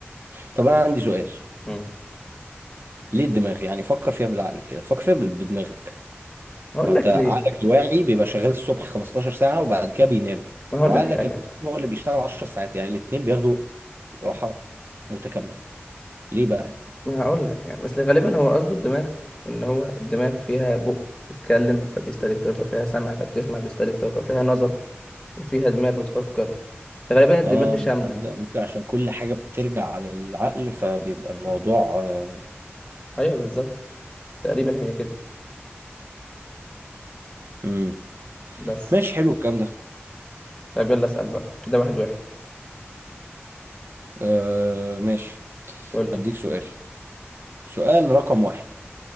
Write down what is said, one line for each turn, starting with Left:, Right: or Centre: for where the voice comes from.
Right: طب انا عندي سؤال
Left: امم
Right: ليه الدماغ يعني فكر فيها بالعقل كده فكر فيها بال- بدماغك
Left: هقول
Right: ما انت
Left: لك ليه
Right: عقلك الواعي بيبقى شغال الصبح 15 ساعة وبعد كده بينام
Left: ما هقول
Right: وعقلك
Left: لك حاجه
Right: الباطن هو اللي بيشتغل 10 ساعات يعني الاتنين بياخدوا راحات متكاملة ليه بقى
Left: ما هقول لك يعني بس غالبا هو قصده الدماغ ان هو الدماغ فيها بق بتتكلم فبيستهلك طاقة فيها سمع فبتسمع بيستهلك طاقة فيها نظر وفيها دماغ بتفكر فغالبا الدماغ
Right: اه
Left: دي شاملة
Right: تصدق ممكن عشان كل حاجة بترجع على العقل فبيبقى الموضوع آه.
Left: ايوه بالظبط تقريبا هي كده
Right: مم.
Left: بس
Right: ماشي حلو الكلام ده
Left: طيب يلا اسأل بقى كده واحد واحد
Right: آه ماشي
Left: قول لي
Right: هديك سؤال سؤال رقم واحد